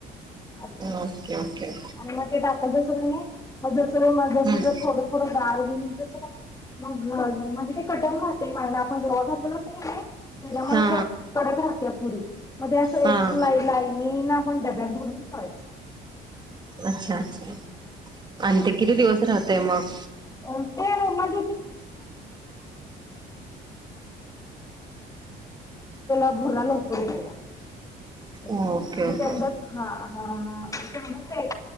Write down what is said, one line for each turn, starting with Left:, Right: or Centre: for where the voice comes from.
Left: असं
Right: ओके ओके.
Left: आणि मग ते टाकत जस क नाही मग जस जस
Right: हम्म
Left: ज थोड थोडं गाळ गेल तसं नाही मग म्हणजे ते कटम घात मागला आपण रॉ घातलेो असल की नाही ते जमुळे
Right: हा
Left: असं कडत राह पुरी मध्ये असं
Right: हा
Left: एक
Right: हा
Left: लाई लाईनी ना आपण डब्यात भरून ठेवायच.
Right: अच्छा अच्छा आणि ते किती दिवस राहतय मग
Left: ते <unintelligible> त्याला भूरा लवकर येतोया. म्हणजे
Right: ओके ओके
Left: तेवढंच हा <unintelligible>